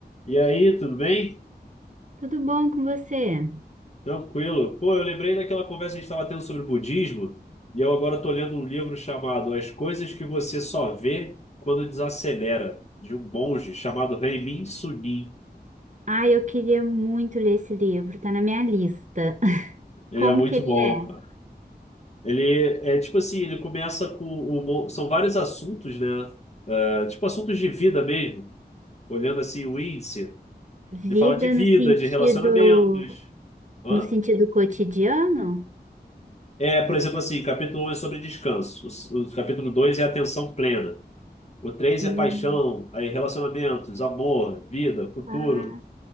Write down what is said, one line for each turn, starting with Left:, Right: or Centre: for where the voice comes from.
Left: E aí, tudo bem?
Right: Tudo bom com você?
Left: Tranquilo. Pô, eu lembrei daquela conversa que a gente estava tendo sobre budismo, e eu agora estou lendo um livro chamado As Coisas que Você Só Vê Quando Desacelera, de um monge chamado Renmin Sunim.
Right: Ai, eu queria muito ler esse livro, tá na minha lista. <laughs>
Left: Ele
Right: Como
Left: é muito
Right: que ele
Left: bom.
Right: é?
Left: cara. Ele é tipo assim, ele começa com um mo- são vários assuntos, né? É, tipo assuntos de vida mesmo. Olhando assim o índice,
Right: Vida
Left: ele fala de vida,
Right: no sentido,
Left: de relacionamentos. Hã?
Right: no sentido cotidiano?
Left: É, por exemplo, assim, capítulo um é sobre descanso. O, o capítulo 2 é atenção plena. O três
Right: Hum,
Left: é paixão, aí relacionamentos, amor, vida, futuro.
Right: tá.